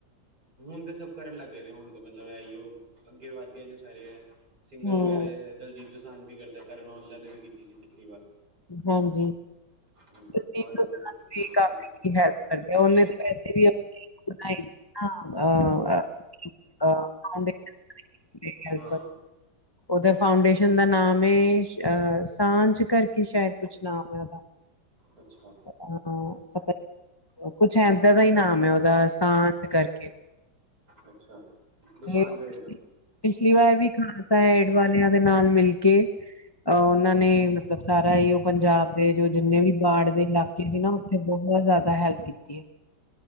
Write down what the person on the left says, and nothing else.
ਹੂੰ
ਹਾਂਜੀ।
ਦਿਲਜੀਤ
ਦੁਸਾਂਝ
ਵੀ ਕਾਫੀ ਹੈਲਪ ਕਰਦੇ ਆ, ਉਹਨੇ ਤੇ ਵੈਸੇ ਵੀ ਆਪਣੀ ਅਹ ਅ ਆਂਦੇ ਅ <inaudible> ਕਿਤੀ ਹੈਲਪ,
ਉਹਦੇ ਫਾਊਂਡੇਸ਼ਨ ਦਾ ਨਾਮ ਏ ਸਾਂਝ ਕਰਕੇ ਸ਼ਾਇਦ ਕੁਛ ਨਾ ਹੋਇਆ ਵਾ,
ਹਾਂ ਉਹਦਾ ਪਤਾ ਕੁਛ ਏਦਾਂ ਦਾ ਹੀ ਨਾਮ ਐ ਉਹਦਾ, ਸਾਂਝ ਕਰਕੇ।
ਤੇ
ਪਿਛਲੀ ਵਾਰ ਵੀ ਖਾਲਸਾ ਐਡ ਵਾਲਿਆਂ ਦੇ ਨਾਲ ਮਿਲ ਕੇ ਉਹਨਾਂ ਨੇ ਮਤਲਬ ਸਾਰਾ ਹੀ ਉਹ ਪੰਜਾਬ ਦੇ, ਜੋ ਜਿੰਨੇ ਵੀ ਬਾੜ ਦੇ ਇਲਾਕੇ ਕੇ ਸੀ ਨਾ, ਉੱਥੇ ਬਹੁਤ ਜ਼ਾਦਾ ਹੈਲਪ ਕੀਤੀ ਐ।